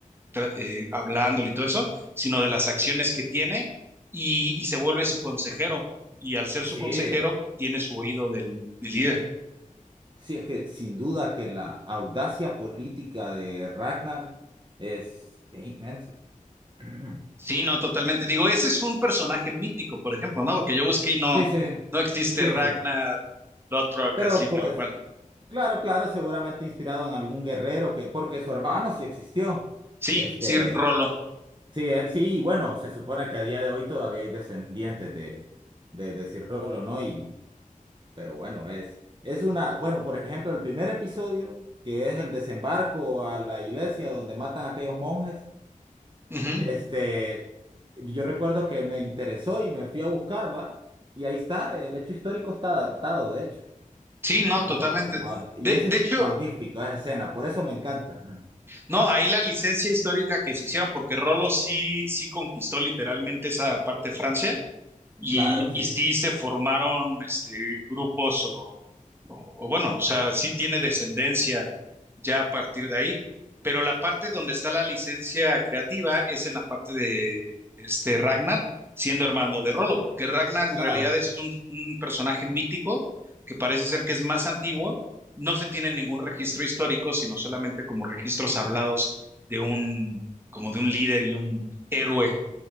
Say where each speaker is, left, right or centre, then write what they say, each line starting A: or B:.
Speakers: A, on the right (about 15°); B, on the right (about 35°).
A: tra- eh, hablándole y todo eso, sino de las acciones que tiene y, y se vuelve su consejero. Y al ser
B: Sí,
A: su consejero, tiene su oído del, del líder.
B: sí, es que sin duda que la audacia política de Ragnar es es inmensa. <clears throat>
A: Sí, no, totalmente. Digo, ese es un personaje mítico, por ejemplo, ¿no? Porque yo busqué y no,
B: Sí, sí.
A: no existe
B: Sí,
A: Ragnar
B: eso.
A: Lothbrok
B: Pero
A: así tal
B: pues,
A: cual, ¿no?
B: claro, claro, seguramente inspirado en algún guerrero que, porque su hermano sí existió.
A: Sí,
B: Este,
A: sí, Rolo.
B: sí, él sí, y bueno, se supone que a día de hoy todavía hay descendientes de, de, de Cirolo, ¿no? Y, pero bueno, es, es una, bueno, por ejemplo, el primer episodio, que es el desembarco a la iglesia donde matan a aquellos monjes,
A: Ujú.
B: este, yo recuerdo que me interesó y me fui a buscar, ¿va? Y ahí está, el hecho histórico está datado, de hecho.
A: Sí, no,
B: Como,
A: totalmente.
B: como, a- y
A: De,
B: ese
A: de
B: es
A: hecho,
B: magnífico, esa escena, por eso me encanta. Ajá.
A: No, ahí la licencia histórica que se hicieron, porque Rolo sí, sí conquistó literalmente esa parte de Francia y,
B: Claro, sí,
A: y sí se formaron este, grupos o o, o bueno, o sea, sí tiene descendencia ya a partir de ahí, pero la parte donde está la licencia creativa es en la parte de este Ragnar, siendo hermano de Rolo,
B: sí,
A: porque Ragnar en
B: claro.
A: realidad es un, un personaje mítico que parece ser que es más antiguo, no se tiene ningún registro histórico, sino solamente como registros hablados de un, como de un líder y un héroe